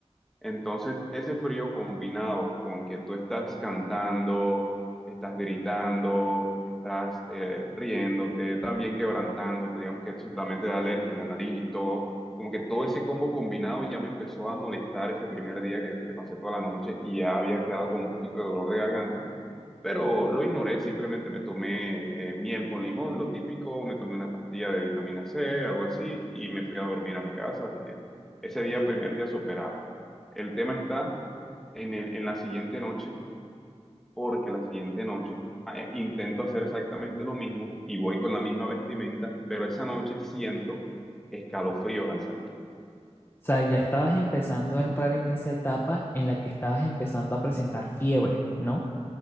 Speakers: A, in the centre; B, on the left.
A: Entonces, ese frío combinado con que tú estás cantando, estás gritando, estás eh, riéndote, también quebrantándote, digamos que eso también te da alergia en la nariz y todo, como que todo ese combo combinado ya me empezó a molestar ese primer día que, que pasé toda la noche y ya había quedado con un poquito de dolor de garganta pero lo ignoré, simplemente me tomé eh, miel con limón, lo típico, me tomé una pastilla de vitamina C, algo así, y me fui a dormir a mi casa, así que ese día, primer día superado. El tema está en, el- en la siguiente noche, porque la siguiente noche ah, eh, intento hacer exactamente lo mismo y voy con la misma vestimenta, pero esa noche siento escalofríos al salir.
B: sea, ya estabas empezando a entrar en esa etapa en la que estabas empezando a presentar fiebre, ¿no?